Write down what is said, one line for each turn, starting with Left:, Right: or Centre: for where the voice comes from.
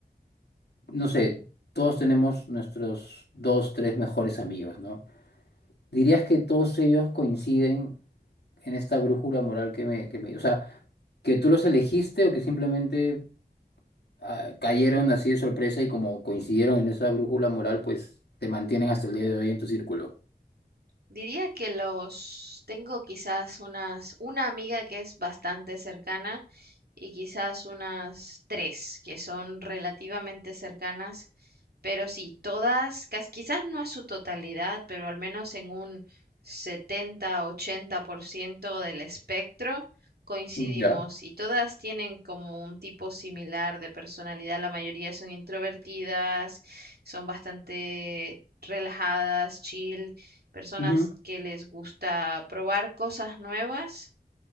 Left: no sé, todos tenemos nuestros dos, tres mejores amigos, ¿no? ¿Dirías que todos ellos coinciden en esta brújula moral que me, que me, o sea, que tú los elegiste o que simplemente ah, cayeron así de sorpresa y como coincidieron en esa brújula moral, pues te mantienen hasta el día de hoy en tu círculo?
Right: Diría que los tengo quizás unas, una amiga que es bastante cercana y quizás unas tres que son relativamente cercanas, pero sí, todas, cas- quizás no a su totalidad, pero al menos en un setenta ochenta por ciento del espectro coincidimos
Left: Ya.
Right: y todas tienen como un tipo similar de personalidad. La mayoría son introvertidas, son bastante relajadas, chill personas
Left: Ujú.
Right: que les gusta probar cosas nuevas